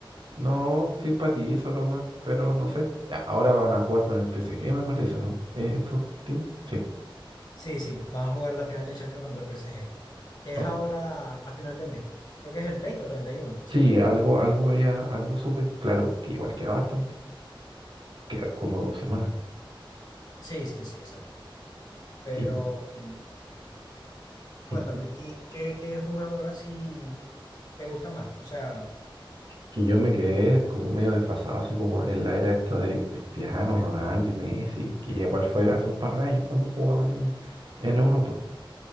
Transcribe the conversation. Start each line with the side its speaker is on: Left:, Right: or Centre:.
Right: No, simpatizo lo más, pero no sé. Ya, Ahora van a jugar con el PSG, me parece, ¿no? Eh, estos tipos, sí.
Left: Sí, sí, van a jugar la final de Champions contra el PSG, que es
Right: Oh,
Left: ahora a final de mes. Creo que es el 30 o 31, si
Right: Sí,
Left: no me equivoco.
Right: algo, algo ya, algo supe. Claro, que igual queda bastante. Queda como dos semanas.
Left: Sí, sí, sí, exacto. Pero
Right: y
Left: mm, cuéntame,
Right: Es que
Left: ¿y qué, qué jugador así te gusta más? O sea,
Right: que yo me quedé como medio desfasado, así como en la era esta de Cristiano, Ronaldo y Messi, que igual fue hace un par de años cuando jugaban en, en Europa.